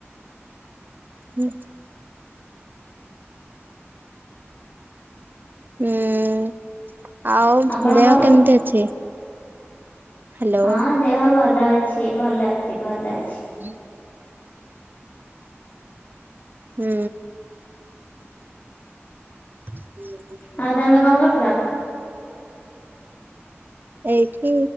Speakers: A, on the right; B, on the left.
A: ହୁଁ। ହୁଁ ଆଉ
B: ଆପଣଙ୍କର
A: ଦେହ କେମିତି ଅଛି? ହ୍ୟାଲୋ
B: ହଁ ଦେହ ଭଲ ଅଛି ଭଲ ଅଛି ଭଲ ଅଛି।
A: <unintelligible> ହୁଁ। <unintelligible>
B: ଆଉ ତମେ କଣ କରୁଥିଲ?
A: ଏଇଠି